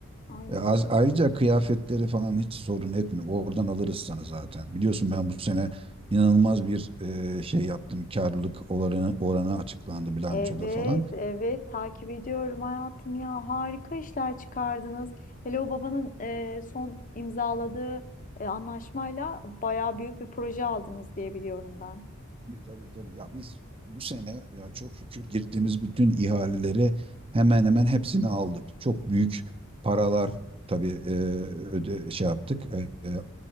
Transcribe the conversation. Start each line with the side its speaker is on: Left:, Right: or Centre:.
Left: Ay.
Right: E, az- ayrıca kıyafetleri falan hiç sorun etme. Oradan alırız sana zaten. Biliyorsun ben bu sene inanılmaz bir e, şey yaptım. Karlılık oranı, oranı açıklandı bilançoda
Left: Evet,
Right: falan.
Left: evet takip ediyorum hayatım ya. Harika işler çıkardınız. Hele o babanın e, son imzaladığı e, anlaşmayla bayağı büyük bir proje aldınız diye biliyorum ben.
Right: Tabii tabii tabii. Ya biz bu sene ya çok şükür girdiğimiz bütün ihaleleri hemen hemen hepsini aldık. Çok büyük paralar tabii e, öde şey yaptık, e, e,